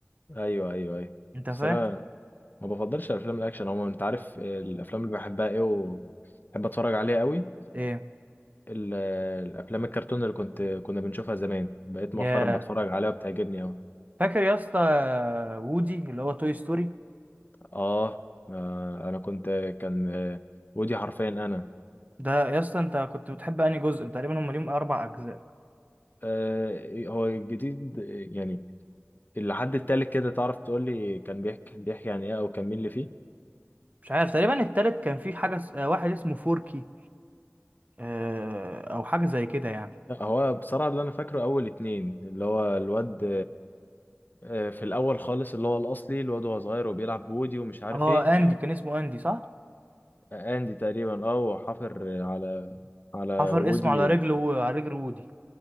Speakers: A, on the left; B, on the right.
A: ايوه ايوه ايوه
B: انت فاهم
A: بس انا ما بفضلش الافلام الاكشن عموما انت عارف الافلام اللي بحبها ايه وبحب اتفرج عليها قوي
B: ايه
A: ال- الافلام الكرتون اللي كنت كنا بنشوفها زمان بقيت
B: يا
A: مؤخرا بتفرج عليها وبتعجبني قوي
B: فاكر يا اسطى وودي اللي هو توي ستوري
A: آه, اه انا كنت كان آه، ودي حرفيا انا
B: ده يا اسطى انت كنت بتحب انهي جزء تقريبا هم ليهم اربع اجزاء
A: آه هو الجديد آه، يعني اللي حد التالت كده تعرف تقول لي كان بيحكي بيحكي عن ايه او كان مين اللي فيه
B: مش عارف تقريبا التالت كان في حاجة اس- آه، واحد اسمه فوركي آه، أو حاجة زي كده يعني
A: لا هو بصراحة اللي انا فاكره اول اتنين اللي هو الواد آه، في الاول خالص اللي هو الاصلي الواد وهو صغير وبيلعب بودي ومش عارف
B: اه
A: ايه
B: أندي كان اسمه أندي صح؟
A: <laughs> آه، اندي تقريبا اه وحافر على على
B: حفر
A: وودي
B: اسمه على
A: ال-
B: رجله وعلى رجل وودي